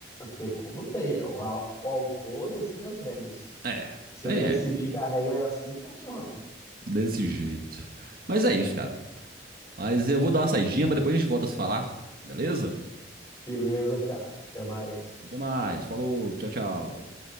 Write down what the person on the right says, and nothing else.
É.
É.
Desse jeito. Mas é isso, cara. Mas eu vou dar uma saidinha, mas depois a gente volta a se falar. Beleza?
Até mais. Falou. Tchau, tchau.